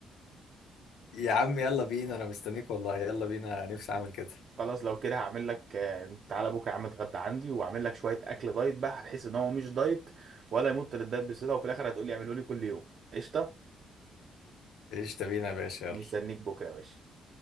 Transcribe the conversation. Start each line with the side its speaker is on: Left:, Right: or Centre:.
Left: يا عم يلا بينا انا مستنيك والله يلا بينا نفسي اعمل كده
Right: خلاص لو كده هعمل لك آه، تعالى بكره يا عم اتغدى عندي واعمل لك شويه اكل دايت بقى هتحس ان هو مش دايت ولا يمط للدايت بصله وفي الاخر هتقول لي اعمله لي كل يوم قشطه
Left: ايش بينا يا باشا يلا
Right: مستنيك بكره يا باشا